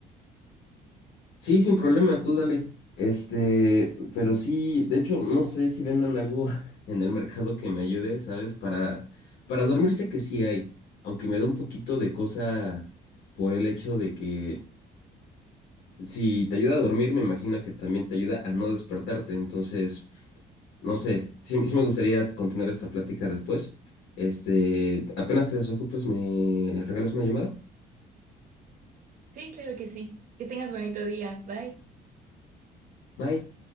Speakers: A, on the left; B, on the right.
A: Sí, sin problema, tú dale. Este, pero sí, de hecho, no sé si vendan algo <laughs> en el mercado que me ayude, ¿sabes? Para, para dormir sé que sí hay, aunque me da un poquito de cosa por el hecho de que si te ayuda a dormir, me imagino que también te ayuda a no despertarte. Entonces, no sé, sí, sí me gustaría continuar esta plática después. Este, apenas te desocupes, me regalas una llamada.
B: Sí, claro que sí. Que tengas bonito día. Bye.
A: Bye.